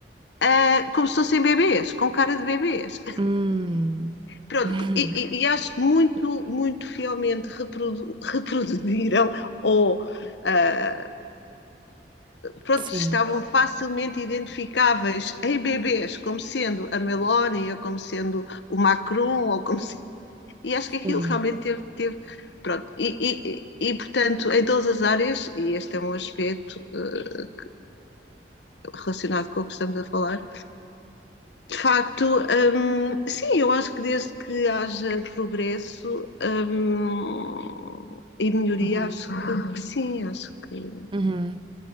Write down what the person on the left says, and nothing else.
uh, como se fossem bebês, com cara de bebês.
Pronto,
e, e, e acho que muito, muito fielmente reprodu, reproduziram ou. Uh, pronto,
estavam facilmente identificáveis em bebês, como sendo a Meloni, ou como sendo o Macron, ou como e acho que aquilo
realmente teve. teve pronto. E, e, e, portanto, em todas as áreas, e este é um aspecto uh, relacionado com o que estamos a falar, de facto, um, sim, eu acho que desde que haja progresso um, e melhoria,
acho que, sim, acho que, que